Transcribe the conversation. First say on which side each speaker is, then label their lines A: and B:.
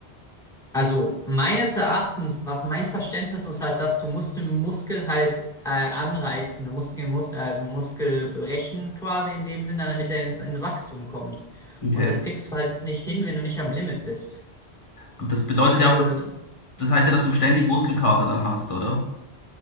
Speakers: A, in the centre; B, on the left.
A: Also meines Erachtens, was mein Verständnis ist, halt, dass du musst den Muskel halt äh, anreizen, du musst den Mus äh, Muskel brechen quasi in dem Sinne, damit er ins in Wachstum kommt.
B: Okay.
A: Und das kriegst du halt nicht hin, wenn du nicht am Limit bist.
B: Und das bedeutet
A: Also,
B: ja auch, dass,
A: d-
B: das heißt ja, dass du ständig
A: hm?
B: Muskelkater dann hast, oder?